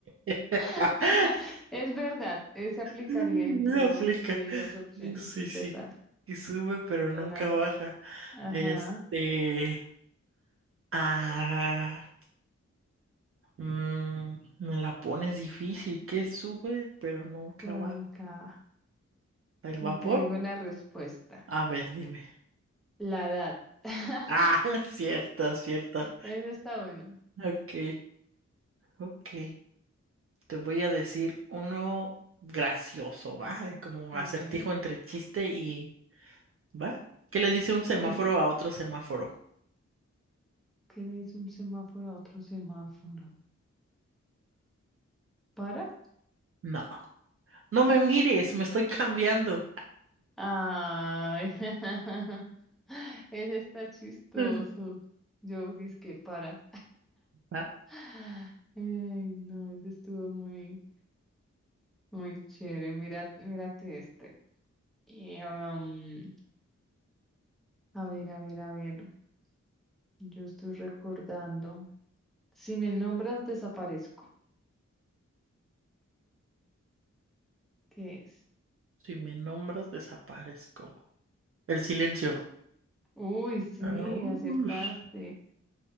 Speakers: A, on the right; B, in the centre.
A: <laughs>
B: <laughs> Es verdad, eh, se aplicaría
A: no
B: dentro
A: aplica.
B: de esas opciones,
A: Sí,
B: es
A: sí.
B: verdad,
A: Que sube pero
B: es
A: nunca
B: verdad.
A: baja.
B: Ajá,
A: Este. Ah. mm, me la pones difícil. Que sube pero nunca
B: pero
A: baja.
B: nunca.
A: El vapor.
B: ni Te digo la respuesta,
A: A ver, dime.
B: la edad. <laughs>
A: Ah, <laughs> cierta, cierta.
B: Eso está bueno.
A: Ok, ok. Te voy a decir uno gracioso, ¿va? Como
B: Sí,
A: acertijo entre chiste y... ¿Va? ¿Qué le dice un semáforo
B: sí.
A: a otro semáforo?
B: ¿Qué le dice un semáforo a otro semáforo? ¿Para?
A: No, no me mires, me estoy cambiando.
B: Ay, <laughs> ese está chistoso.
A: Mm.
B: Yo dizque para.
A: ¿Va?
B: <laughs> Ay, no, ese estuvo muy, muy chévere. Mira, mírate este. Y, am, a ver, a ver, a ver. Yo estoy recordando. Si me nombras, desaparezco. ¿Qué es?
A: Si me nombras, desaparezco. El silencio.
B: Uy, sí,
A: Ah, ush.
B: acertaste.